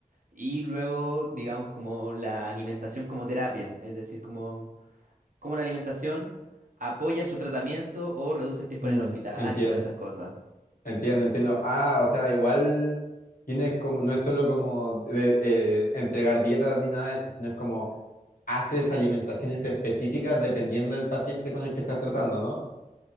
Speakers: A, on the right; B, on the left.
A: y luego, digamos, como la alimentación como terapia, es decir, como, como la alimentación apoya su tratamiento o reduce el tiempo
B: Mm,
A: en el hospital
B: entiendo,
A: y todas esas cosas.
B: entiendo, entiendo. Ah, o sea, igual tienes como, no es solo como de- eh, entregar dietas ni nada de eso, sino es como haces alimentaciones específicas dependiendo del paciente con el que estás tratando, ¿no?